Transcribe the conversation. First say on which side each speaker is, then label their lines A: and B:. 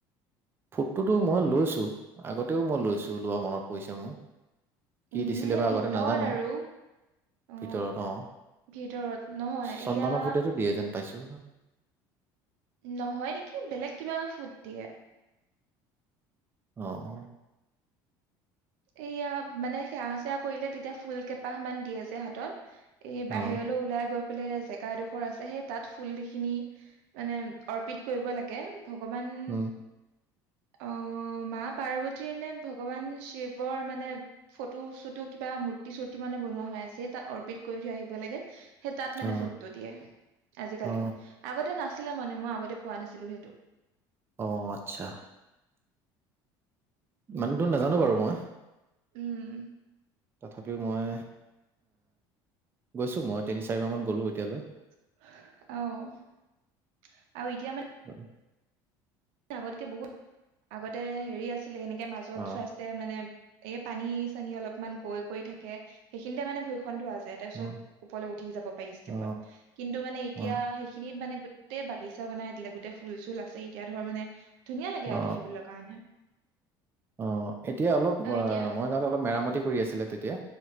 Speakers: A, on the right (about 20°); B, on the right (about 80°).
A: ফুটটোতো মই লৈছোঁ, আগতেও মই লৈছো লোৱা মনত পৰিছে মোৰ। কি
B: উম,
A: দিছিলে
B: সেই
A: বা আগতে
B: ভিতৰত
A: নাজানো
B: আৰু উম,
A: ভিতৰত অ
B: ভিতৰত নহয় এয়া
A: চন্দনৰ ফুটেটো দিয়ে যেন পাইছো
B: নহয় নেকি বেলেগ কিবা ফুট দিয়ে।
A: অ'।
B: এইয়া মানে সেৱা চেৱা কৰিলে তেতিয়া ফুল কেইপাহ মান দিয়ে যে হাতত। এই
A: অ
B: বাহিৰলৈ ওলাই গৈ বোলে জেগাডোখৰ আছে সেই তাত ফুলখিনি মানে অৰ্পিত কৰিব লাগে। ভগৱান
A: উম
B: অ', মা পাৰ্বতীৰ নে ভগৱান শিৱ ৱৰ মানে ফটো চটো কিবা মূৰ্তি চূৰ্তি মানে বনোৱা হয় আছে তাত অৰ্পিত কৰি থৈ আহিব লাগে। সেই তাত মানে
A: অ
B: ফুটটো দিয়ে আজিকালি,
A: অ
B: আগতে নাছ ছিল মানে মই আগতে পোৱা নাছিলো সেইটো
A: অ আচ্ছা মানে তোৰ নাজানো বাৰু মই
B: উম
A: তথাপিও মই গৈছোঁ মই তিনি চাৰিমাহমান গ'লোঁ এতিয়ালৈ
B: আহ আৰু এতিয়া
A: হয়
B: আগতকে বহুত আগতে হেৰি আছে এেনেকে মাজত
A: অ
B: ফাৰ্ষ মানে এই পানী চানী অলপমান কৈ কৰি থাকে সেইখিনিতে মানে ভ খ ধোৱা যায় তাৰপিছত
A: অ
B: ওপৰলৈ উঠি যাব পাৰি ষ্টেপত
A: অ
B: কিন্তু মানে এতিয়া
A: অ
B: সেইখিনিত মানে গোতে বাগিচানাই দিলে গোট ফুল চুল আছে এতিয়া ধৰ মানে, ধুনীয়া লাগে
A: অ
B: আৰু দেখিবলৈ কাৰণে
A: অ এতিয়া অলপ
B: আৰু
A: আহ
B: এতিয়া
A: মই যাওঁতে অলপ মেৰামতি, কৰি আছিলে তেতিয়া।